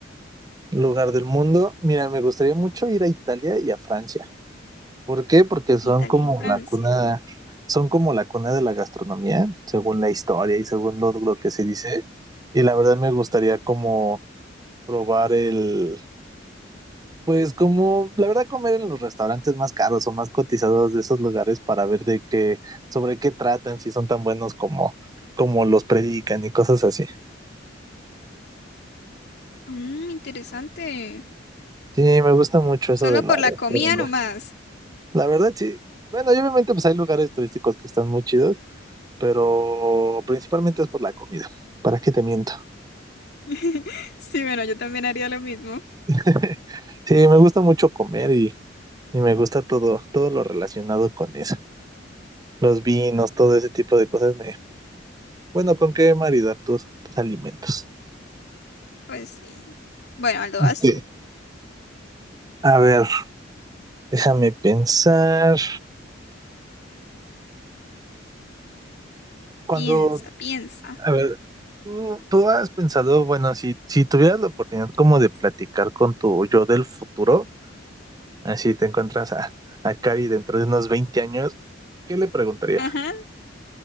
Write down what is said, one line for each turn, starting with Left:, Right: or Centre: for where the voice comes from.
Right: Lugar del mundo. Mira, me gustaría mucho ir a Italia y a Francia. ¿Por qué? Porque son
Left: Italia
Right: como
Left: y Francia.
Right: la cuna, son como la cuna de la gastronomía, según la historia y según lo, lo que se dice. Y la verdad me gustaría como probar el, Pues como la verdad comer en los restaurantes más caros o más cotizados de esos lugares para ver de qué, sobre qué tratan, si son tan buenos como, como los predican y cosas así.
Left: Mm, interesante.
Right: Sí, me gusta mucho eso
Left: Solo
Right: de la
Left: por la
Right: gastronomía.
Left: comida nomás.
Right: La verdad, sí. Bueno, y obviamente pues hay lugares turísticos que están muy chidos, pero principalmente es por la comida. ¿Para qué te miento?
Left: <laughs> Sí, bueno, yo también haría lo mismo.
Right: <laughs> Sí, me gusta mucho comer y, y me gusta todo, todo lo relacionado con eso. Los vinos, todo ese tipo de cosas me, bueno, ¿con qué maridar tus, tus alimentos?
Left: Pues sí. Bueno, Aldo, vas
Right: Ok.
Left: tú.
Right: A ver, déjame pensar. Cuando,
Left: Piensa, piensa.
Right: a ver, tú, tú has pensado, bueno, si, si tuvieras la oportunidad como de platicar con tu yo del futuro, así te encuentras a, a Cari dentro de unos 20 años, ¿qué le preguntaría?
Left: Ajá.